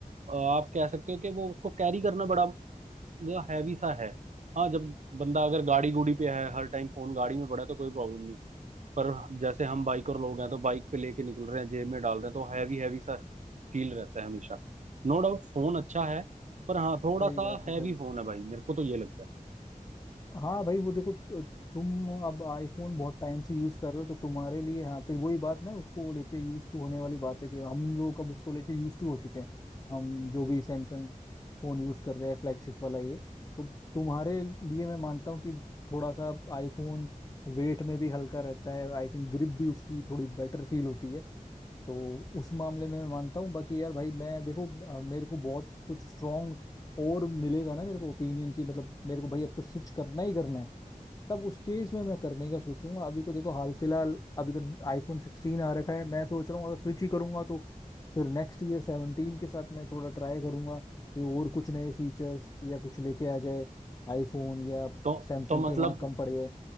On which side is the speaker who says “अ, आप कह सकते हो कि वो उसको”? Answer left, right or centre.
Right